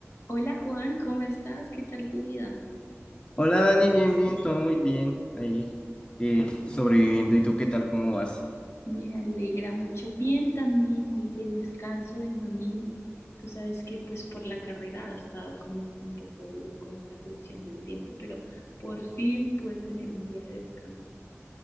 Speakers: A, on the left; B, on the left.
A: Hola Juan, ¿cómo estás? ¿Qué tal tu vida?
B: Hola Dani, bien, bien, todo muy bien. Ahí eh, sobreviviendo. ¿Y tú qué tal? ¿Cómo vas?
A: Me alegra mucho. Bien, también hoy de descanso en domingo. Tú sabes que pues por la carrera ha estado como un poco duro como la cuestión del tiempo, pero por fin pude tener un día de descanso.